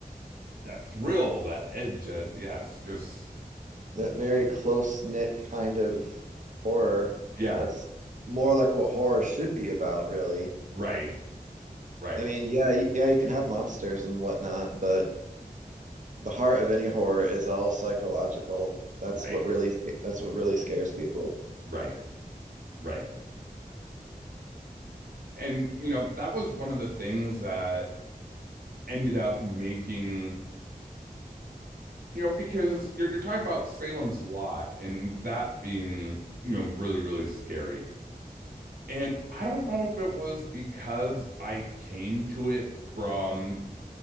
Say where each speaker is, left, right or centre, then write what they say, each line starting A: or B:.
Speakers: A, on the right (about 75°); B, on the right (about 55°).
A: that thrill, that edge. That, yeah, just
B: that very close knit kind of horror.
A: yeah,
B: That's more like what horror should be about, really.
A: right, right,
B: I mean, yeah, yeah, you can have monsters and whatnot, but the heart of any horror is all psychological. That's
A: right,
B: what really that's what really scares people.
A: right, right. And you know that was one of the things that ended up making you know because you're you're talking about Salem's Lot and that being you know really really scary. And I don't know if it was because I came to it from